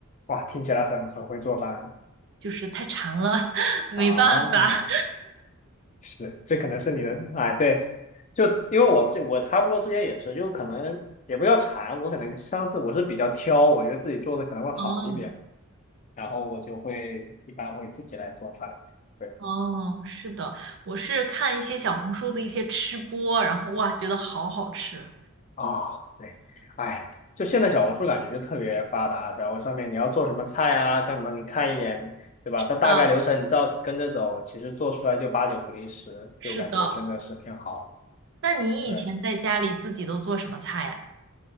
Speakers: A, on the left; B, on the right.
A: 哇，听起来很很会做饭
B: 就是太馋了，<laughs> 没办法。
A: 啊！是，这可能是你的，哎，对，就因为我自我差不多之前也是，就可能也不要馋，我可能上次我是比较挑，我觉得自己做的可能会好一点，
B: 哦
A: 然后我就会一般会自己来做饭。对。
B: 哦，是的，我是看一些小红书的一些吃播，然后哇，觉得好好吃。
A: 啊，对，哎，就现在小红书感觉就特别发达，然后上面你要做什么菜啊，干嘛你看一眼，对吧？
B: 是的，
A: 它大概流程你照跟着走，其实做出来就八九不离十，
B: 是的。
A: 就感觉真的是挺好的。
B: 那你以前在家里自己都做什么菜呀？
A: 对，